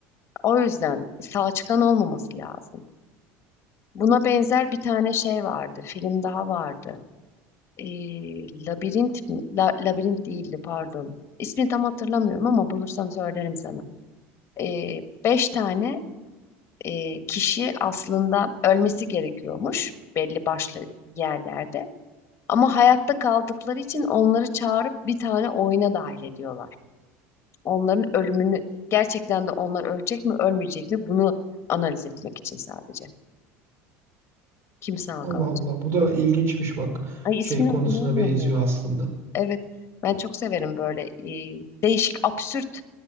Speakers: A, on the left (about 40°); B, on the right (about 40°).
A: O yüzden sağ çıkan olmaması lazım. Buna benzer bir tane şey vardı. Film daha vardı. Ee, Labirent, mi- La- Labirent değildi pardon. İsmini tam hatırlamıyorum ama bulursam söylerim sana. Ee, beş tane e, kişi aslında ölmesi gerekiyormuş belli başlı yerlerde. Ama hayatta kaldıkları için onları çağırıp bir tane oyuna dahil ediyorlar. Onların ölümünü gerçekten de onlar ölecek mi ölmeyecek mi bunu analiz etmek için sadece. Kim sağ
B: Allah
A: kalacak?
B: Allah. Bu da ilginçmiş bak.
A: Ay ismini
B: Şeyin konusuna
A: hatırlamıyorum
B: benziyor
A: ya.
B: aslında.
A: Evet, ben çok severim böyle e, değişik, absürt